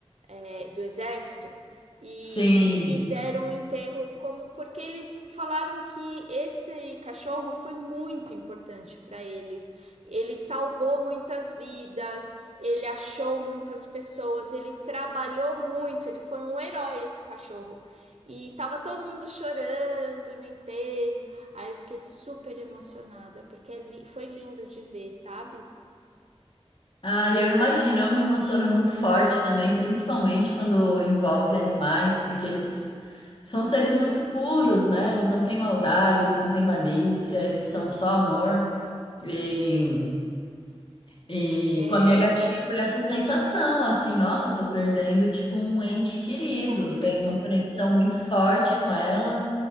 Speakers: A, on the right; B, on the left.
A: é, do exército? e
B: Sim.
A: fizeram o enterro como porque eles falaram que esse cachorro foi muito importante para eles. Ele salvou muitas vidas, ele achou muitas pessoas, ele trabalhou muito, ele foi um herói esse cachorro. E tava todo mundo chorando no enterro. Aí eu fiquei super emocionada, porque é li- foi lindo de ver, sabe?
B: Ah, e eu imagino, eu me emociono muito forte também, principalmente quando envolve animais, porque eles São seres muito puros, né? Eles não têm maldade, eles não têm malícia, eles são só amor. E, e
A: É,
B: com a minha gatinha foi essa sensação, assim, nossa, eu tô perdendo, tipo, um ente querido.
A: com certeza.
B: Tenho uma conexão muito forte com ela.